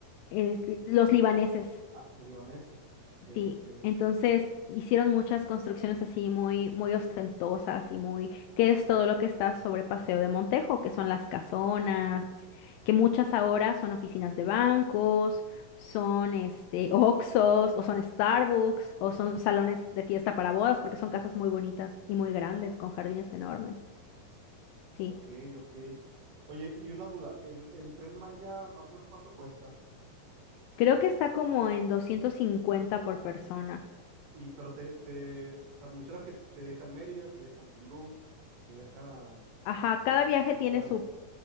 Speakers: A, on the left (about 80°); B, on the right (about 70°).
A: es- los libaneses.
B: Ah, los libaneses. Ok,
A: Sí,
B: ok.
A: entonces hicieron muchas construcciones así muy, muy ostentosas y muy, que es todo lo que está sobre Paseo de Montejo, que son las casonas, que muchas ahora son oficinas de bancos, son este <laughs> Oxxos, o son Starbucks, o son salones de fiesta para bodas, porque son casas muy bonitas y muy grandes, con jardines enormes. Sí,
B: Ok, ok. Oye, y una duda, el, el Tren Maya, más o menos cuánto cuesta?
A: creo que está como en 250 por persona.
B: Y, pero te, te, o sea, me menciona que te dejan Mérida, te dejan Tulum, te deja
A: Ajá, cada viaje
B: las
A: tiene
B: ciudades.
A: su